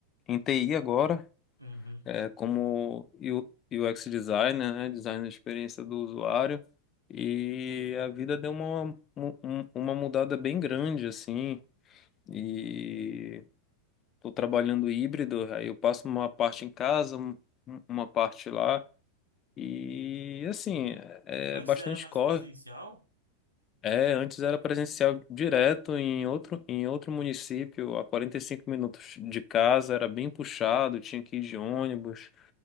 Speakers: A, on the left; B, on the right.
A: em TI agora.
B: Uhum.
A: é, como U- UX designer, né, design da experiência do usuário, e a vida deu uma, mu- um- uma mudada bem grande, assim, e estou trabalhando híbrido, aí eu passo uma parte em casa, um- um, uma parte lá, e, assim, é
B: Antes
A: é bastante
B: era mais
A: corre.
B: presencial?
A: É, antes era presencial direto em outro, em outro município, a 45 minutos de casa, era bem puxado, tinha que ir de ônibus,